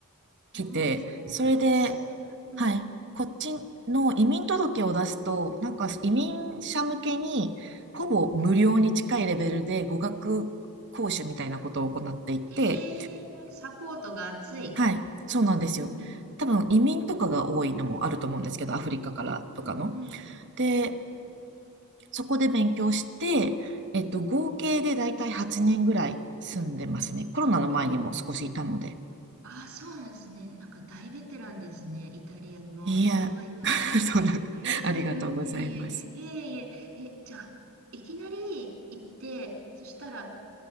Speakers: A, on the right (about 50°); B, on the right (about 80°).
A: 来て、
B: うん、
A: それで、
B: おー、そう、うんうん、
A: はい、こっちの移民届を出すと、なんか移民者向けに、
B: うん。
A: ほぼ無料に近いレベルで語学講習みたいなことを行っていて、
B: へえ、サポートが熱い。
A: はい、そうなんですよ。
B: うん、
A: 多分移民とかが多いのもあると思うんですけど、アフリカからとかの。
B: うん、うん
A: で、
B: うん、うん。
A: そこで勉強して、えっと、合計でだいたい8年ぐらい住んでますね。コロナの前にも少しいたので。
B: ああ、そうなんですね。なんか大ベテランですね、イタリアの。
A: いや、
B: すごいな。
A: <laughs> そんな、
B: えー、
A: ありがとうございます。
B: うんいえいえ、いえいえ、え、じゃあ、いきなり行って、そしたら